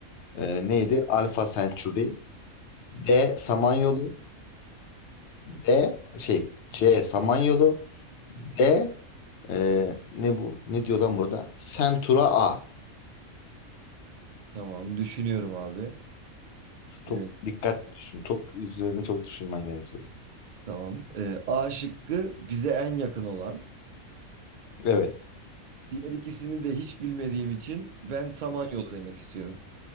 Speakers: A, on the left; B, on the right.
A: e, neydi? Alpha Centauri. D. Samanyolu. D. Şey. C. Samanyolu. D. e, ne bu? Ne diyor lan burada? Centaur A.
B: Tamam düşünüyorum abi. Ee,
A: Çok dikkatli düşün. Çok üzerinde çok düşünmen gerekiyor. bunun.
B: tamam. Ee, A şıkkı bize en yakın olan.
A: Evet.
B: Diğer ikisini de hiç bilmediğim için ben Samanyolu demek istiyorum.